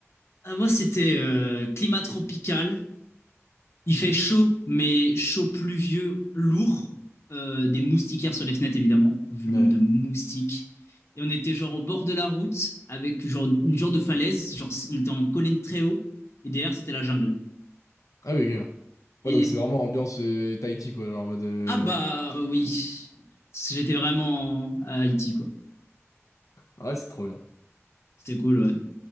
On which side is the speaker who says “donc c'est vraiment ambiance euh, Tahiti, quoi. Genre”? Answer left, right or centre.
Left